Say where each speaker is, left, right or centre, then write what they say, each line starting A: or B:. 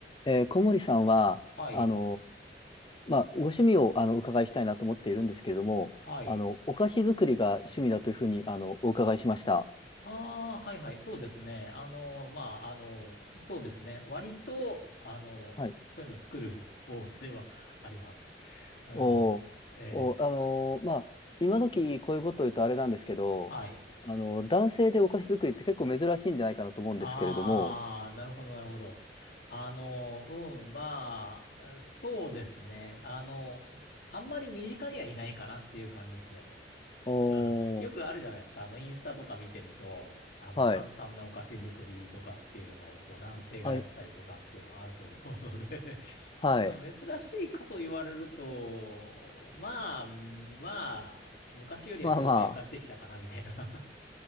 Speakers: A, on the left (about 30°); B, on the left (about 60°).
A: えー小森さんは、
B: はい。
A: あのーまあ、ご趣味をあのお伺いしたいなと思っているんですけれども、
B: はい。
A: あの、お菓子作りが趣味だというふうに、あの、お伺いしました。
B: ああ、はいはい。そうですね。あの、まあ、あの、そうですね。割と、あの、
A: はい。
B: そういうの作る方ではあります。うん。
A: おーおー、
B: えー
A: あのーまあ、今時こういうことを言うとあれなんですけど、
B: はい。
A: あの、男性でお菓子作りって結構珍しいんじゃないかなと思うんですけれども、
B: ああ、なるほど、なるほど。あの、うん、まあ、そうですね。あの、すあんまり身近にはいないかなっていう感じですね。
A: お
B: うん。よくあるじゃないですか。
A: ー
B: あの、インスタとか見てると、あの、
A: はい。
B: 簡単なお菓子作りとかっていうのを、こう、男性がやってたりとかっていうのはあると思うので
A: はい。
B: <laughs>
A: はい。
B: まあ、珍しいかと言われると、まあ、まあ、昔よりは表面化してきたかな、
A: まあま
B: みたいな